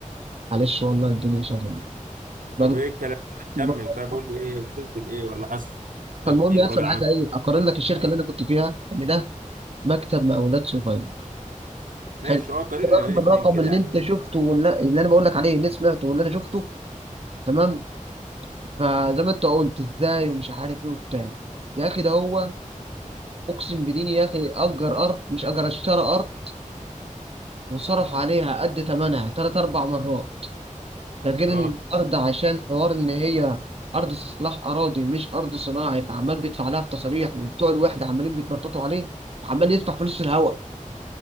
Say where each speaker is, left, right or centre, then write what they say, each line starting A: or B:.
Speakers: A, on the right; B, on the right.
A: معلش والله الدنيا شغاله بقالي
B: طب ايه الكلام
A: كتير
B: كمل
A: بقى-
B: طب قول لي ايه وصلت لايه ولا حصل
A: فالمهم
B: ايه والراجل
A: يا اصلا
B: عمل
A: عايز ايه اقارن لك الشركه
B: ايه
A: اللي انا كنت فيها ان ده مكتب مقاولات صغير
B: ماشي
A: حلو
B: اه قارن
A: رغم
B: لي ما بين الاثنين
A: الرقم
B: كده
A: اللي
B: يعني
A: انت شفته واللي اللي انا بقول لك عليه اللي سمعته واللي انا شفته تمام فزي ما انت قلت ازاي ومش عارف ايه وبتاع يا اخي ده هو اقسم بديني يا اخي اجر ارض مش اجر اشترى ارض وصرف عليها قد ثمنها ثلاث اربع مرات ده غير
B: اه
A: ان الارض عشان حوار ان هي ارض استصلاح اراضي مش ارض صناعي فعمال بيدفع لها في تصاريح وبتوع الوحده عمالين بيتنططوا عليه وعمال يدفع فلوس في الهواء